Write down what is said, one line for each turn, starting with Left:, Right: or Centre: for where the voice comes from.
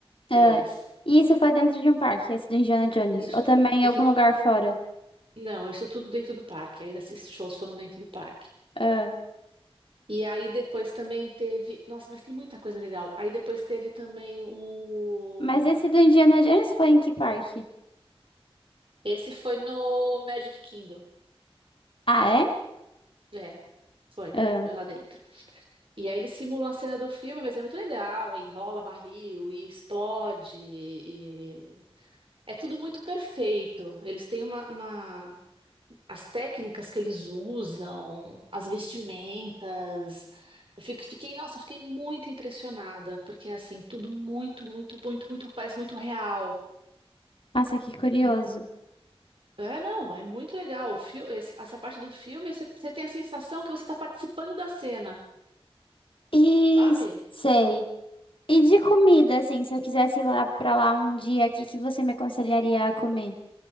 Left: Ah,
Right: deles.
Left: e isso foi dentro de um parque, esse do Indiana Jones.
Right: Isso,
Left: Ou também
Right: isso
Left: em algum
Right: tudo,
Left: lugar fora.
Right: não, isso tudo dentro do parque. Aí esses shows foram dentro do parque.
Left: Ah,
Right: E aí depois também teve, nossa, mas tem muita coisa legal. Aí depois teve também o,
Left: mas esse do Indiana Jones foi em que parque?
Right: esse foi no Magic Kingdom.
Left: Ah, é?
Right: É, foi,
Left: Ah,
Right: foi lá dentro. E aí eles simulam a cena do filme, mas é muito legal, enrola barril e explode, e- é tudo muito perfeito. Eles têm uma, uma- as técnicas que eles usam, as vestimentas. Eu fico- fiquei, nossa, fiquei muito impressionada, porque assim, tudo muito, muito, muito, muito, parece muito real.
Left: nossa, que curioso.
Right: Não- É, não, é muito legal. O fio, esse- essa parte do filme, você, você tem a sensação que você está participando da cena,
Left: E
Right: sabe?
Left: s- sei. E de comida, assim, se eu quisesse ir lá pra lá um dia, o que que você me aconselharia a comer?